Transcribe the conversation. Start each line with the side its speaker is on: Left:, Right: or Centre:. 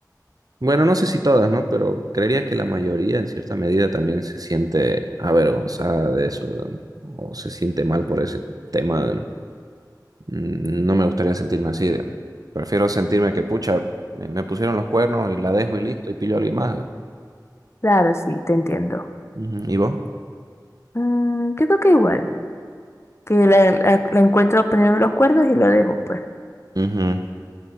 Right: Bueno, no sé si todas, ¿no? Pero creería que la mayoría en cierta medida también se siente avergonzada de eso, ¿no? o se siente mal por ese tema. Mm, No me gustaría sentirme así. de- Prefiero sentirme que, pucha, me, me pusieron los cuernos y la dejo y listo, y pillo a alguien más.
Left: Claro, sí, te entiendo.
Right: Ujú, ¿Y vos?
Left: Mm, yo creo que igual, que la, la- la encuentro poniendo los cuernos y lo dejo, pues.
Right: Ujú.